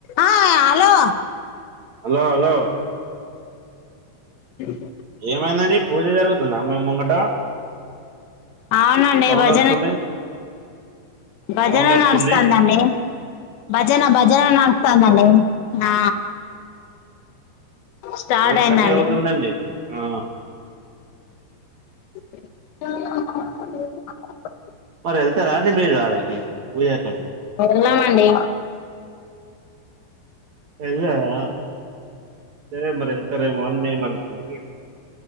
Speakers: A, on the left; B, on the right.
A: అ హా hello
B: hello hello
A: <inaudible>
B: ఏమైందండి పూజ జరుగుతుందా మెమ్ ముంగట
A: అవునండి
B: సౌండ్
A: భజన్
B: వస్తుంది
A: భజన
B: సౌండ్ వస్తుంది
A: నడుస్తందండి భజనా భజన నాడుస్తాంది అండి ఆ స్టార్ట్
B: యయిట్
A: అయిందండి
B: థర్టీ అవుతుందండి ఆ
A: <unintelligible>
B: మరి వెళ్తారా అడి మేరు అడాగ పూజ కా
A: వెళ్ళమండి
B: వెళ్లారా సరే మరి వెళ్తారేమోని మేము అనుకున్నాం